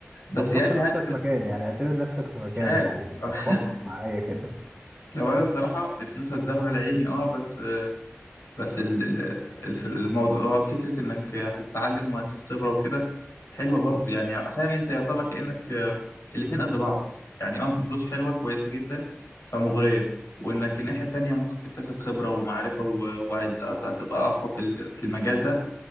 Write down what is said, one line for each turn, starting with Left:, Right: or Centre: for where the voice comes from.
Left: بس
Centre: طب حط
Left: يعني
Centre: نفسك
Left: هل
Centre: مكاني يعني اعتبر نفسك في مكاني
Left: مش عارف
Centre: يعني
Left: <laughs>
Centre: فكر معايا كده
Left: لو أنا بصراحة الفلوس هتزغلل عيني أه بس آه، بس ال- ال- ال- في الموضوع فكرة إنك هتتعلم وهتزيد خبرة وكده حلوة برضو يعني فاهم أنت يعتبر كأنك آه، الاتنين قد بعض يعني أه أنت فلوس حلوة كويسة جدا فمغرية وإنك الناحية التانية ممكن تكتسب خبرة ومعرفة و- وهتبقى أقوى في ال- في المجال ده